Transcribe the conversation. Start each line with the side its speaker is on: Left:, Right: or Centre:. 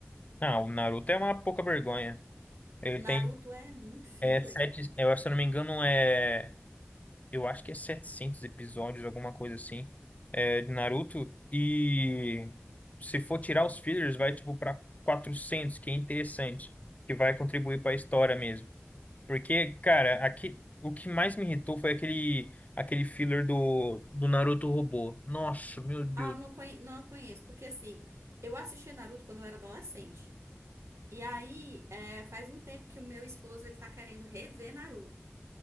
Left: Ah, o Naruto é uma pouca vergonha. Ele
Right: Naruto
Left: tem
Right: é muito filler.
Left: é sete, eu acho, se eu não me engano é, eu acho que é 700 episódios, alguma coisa assim, é, de Naruto e se for tirar os fillers vai tipo pra 400, que é interessante, que vai contribuir pra história mesmo. Porque, cara, aqui, o que mais me irritou foi aquele, aquele filler do, do Naruto robô. Nossa, meu Deus,
Right: Ah, eu não conhe... não a conheço, porque assim, eu assisti Naruto quando eu era adolescente. E aí, é, faz um tempo que o meu esposo ele tá querendo rever Naruto.